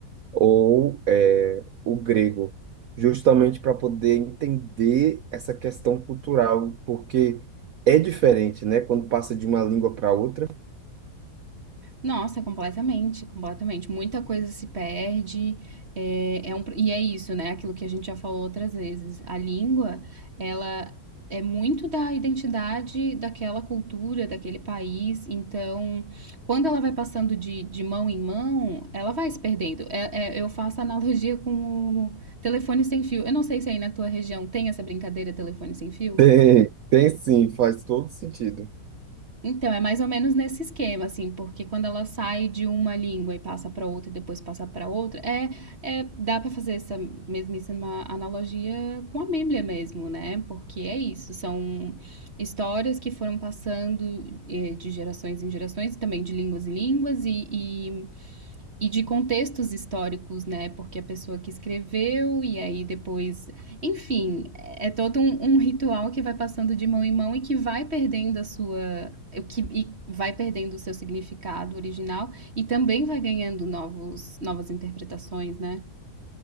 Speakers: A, on the right; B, on the right.
A: ou é, o grego, justamente para poder entender essa questão cultural, porque é diferente, né? Quando passa de uma língua para outra. <laughs>
B: Nossa, completamente, completamente. Muita coisa se perde, é, é um, e é isso, né? Aquilo que a gente já falou outras vezes. A língua, ela é muito da identidade daquela cultura, daquele país. Então, quando ela vai passando de, de mão em mão, ela vai se perdendo. É- é- eu faço analogia com o telefone sem fio. Eu não sei se aí na tua região tem essa brincadeira telefone sem fio.
A: Tem, tem sim, faz todo sentido.
B: Então, é mais ou menos nesse esquema, assim, porque quando ela sai de uma língua e passa para outra e depois passa para outra, é, é- dá para fazer essa mesmíssima analogia com a Bíblia mesmo, né? Porque é isso, são histórias que foram passando eh, de gerações em gerações, também de línguas em línguas, e, e de contextos históricos, né? Porque a pessoa que escreveu e aí depois, enfim, é todo um, um ritual que vai passando de mão em mão e que vai perdendo a sua, o que e vai perdendo o seu significado original e também vai ganhando novos, novas interpretações, né?